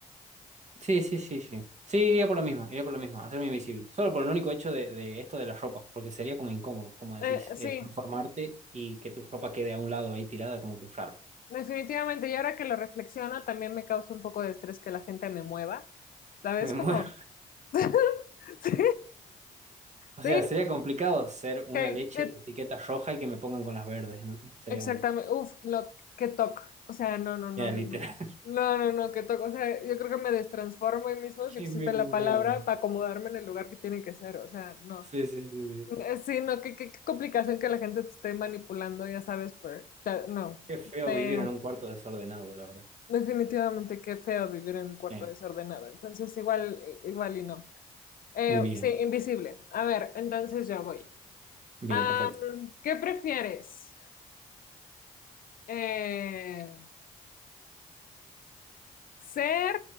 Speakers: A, on the right; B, on the left.
A: sí, sí, sí, sí. Sí, iría por lo mismo, iría por lo mismo, hacerme invisible. Solo por el único hecho de, de esto de las ropas, porque sería como incómodo, como decís,
B: Eh, sí,
A: eh, transformarte y que tu ropa quede a un lado ahí tirada, como que raro.
B: definitivamente. Y ahora que lo reflexiono, también me causa un poco de estrés que la gente me mueva. ¿Sabes?
A: Me <laughs>
B: Como...
A: muero,
B: <laughs> Sí,
A: O
B: sí,
A: sea, sería complicado ser una
B: que,
A: leche
B: que-
A: de etiqueta roja y que me pongan con las verdes, ¿no? Sería
B: exactamente.
A: como,
B: Uf, lo que toc. O sea, no, no, no,
A: ya,
B: no,
A: literal,
B: no. No, no, no, que toc. O sea, yo creo que me destransformo ahí mismo,
A: <laughs> que
B: si existe
A: me
B: la
A: muevan.
B: palabra, para acomodarme en el lugar que tiene que ser. O sea, no.
A: Sí, sí, sí, sí.
B: Eh, Sí, no, qué, qué, qué complicación que la gente te esté manipulando, ya sabes, pues, que no.
A: Qué feo
B: Este,
A: vivir en un cuarto desordenado, la verdad.
B: Definitivamente, qué feo vivir en un cuarto
A: Eh,
B: desordenado. Entonces, igual, igual y no. Eh,
A: bien,
B: sí, invisible. A ver, entonces yo voy.
A: bien,
B: Am,
A: perfecto.
B: ¿qué prefieres? Eh, Ser